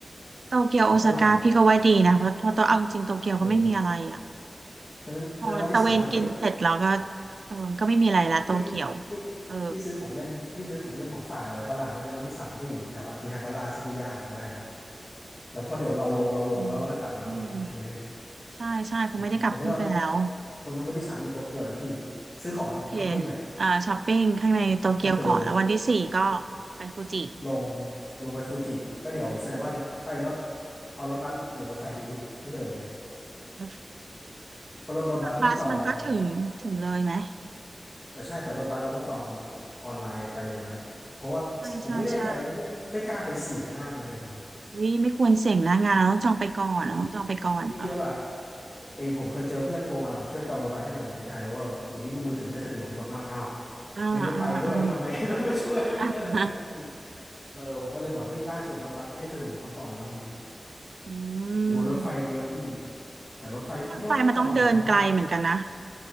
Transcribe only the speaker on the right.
โตเกียวโอซาก้าพี่ก็ว่าดีนะเพราะเพอตัวเอาจริงโตเกียวก็ไม่มีอะไรอ่ะ
พอตะเวนกินเสร็จแล้วก็เออมันก็ไม่มีอะไรละโตเกียว
เออ
อืมอืมใช่ใช่คงไม่ได้กลับขึ้นไปแล้ว
โอเคอ่าช้อปปิ้งข้างในโตเกียวก่อนแล้ววันที่สี่ก็
ไปฟูจิ
อืม
รถ
รถบัสมันก็ถึงถึงเลยไหม
ใช่ใช่ใช่ เฮ้ยไม่ควรเสี่ยงนะงานเราต้องจองไปก่อนเราต้องจองไปก่อนเออ
อ่าอ่าอ่า
อ่า
อื
ม
รถไฟมันต้องเดินไกลเหมือนกันนะ